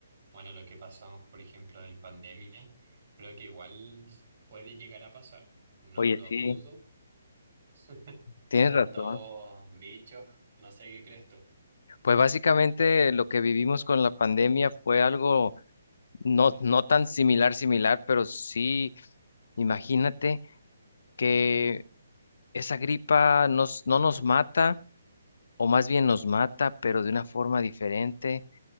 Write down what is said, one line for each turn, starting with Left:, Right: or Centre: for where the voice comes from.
Right: bueno, lo que pasamos, por ejemplo, en pandemia, creo que igual puede llegar a pasar. No
Left: Oye,
Right: lo
Left: sí,
Right: dudo. <laughs>
Left: tienes
Right: Con tantos
Left: razón.
Right: bichos, no sé qué crees tú.
Left: Pues básicamente lo que vivimos con la pandemia fue algo no, no tan similar, similar, pero sí, imagínate que esa gripa nos, no nos mata, o más bien nos mata, pero de una forma diferente,